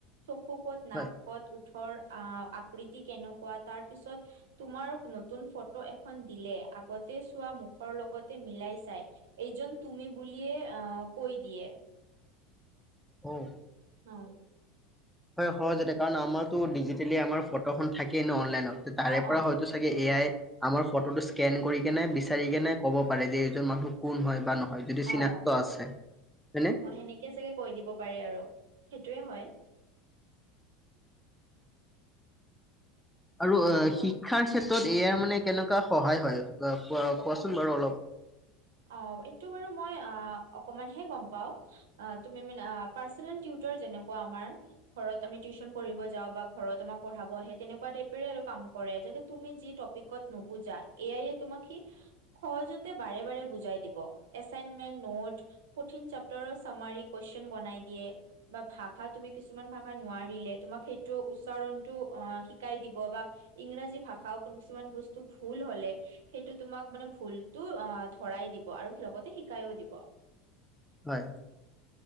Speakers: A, on the right (about 80°); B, in the centre.
A: চকু ক'ত নাক
B: হয়
A: ক'ত ওট ওঠৰ আ আকৃতি কেনেকুৱা, তাৰ পিছত তোমাৰ নতুন ফটো খন দিলে, আগতে চোৱা মুখৰ লগতে মিলাই চাই এইজন তুমি বুলিয়ে আ' কৈ দিয়ে।
B: উম
A: হয়।
B: হয় সহজতে, কাৰণ আমাৰতো ডিজিটেলি আমাৰ ফটোখন থাকেই ন অ'নলাইনত ত তাৰে
A: অ
B: পৰা হয়তো চাগে এ আই আমাৰ ফটোটো স্কেন কৰি কেনে বিচাৰি কেনে ক'ব পাৰে যে এইজন মানুহ কোন হয় বা নহয়। যদি চিনাক্ত
A: অ
B: আছে হয়নে
A: অ সেনেকে চাগে কৈ দিব পাৰে আৰু সেইটোয়ে হয়।
B: আৰু
A: অ
B: শিক্ষাৰ ক্ষেত্ৰত এ আই মানে কেনেকুৱা সহায় হয় কোৱা কোৱা কোৱাচোন বাৰু অলপ।
A: অ এইটো বাৰু মই আ অকমান হে গম পাওঁ। আ তুমি মানে আ পাৰ্চেনেল টুইটাৰ যেনেকুৱা আমাৰ। হয় আমি টিউচন পঢ়িব যাও বা ঘৰত আমাৰ পঢ়াব আহে, তেনেকুৱা টাইপৰে কাম কৰে যাতে তুমি যি টপিক ক'ত নুবুজা এ আইয়ে তোমাক কি সহজতে বাৰে বাৰে বুজাই দিব এচাইনমেন্ নৌট কঠিন চাপ্তাৰৰ চামাৰি কুৱেশন বনাই দিয়ে। বা ভাষা তুমি কিছুমান ভাষা নোৱাৰিলে তোমাক সেইটো উচ্চাৰণটো অ শিকাই দিব বা ইংৰাজী ভাষাও কোনো কিছুমান বস্তু ভুল হলে সেইটো তোমাক মানে ভুল টো আ ধৰাই দিব আৰু লগতে শিকাইও দিব।
B: হয়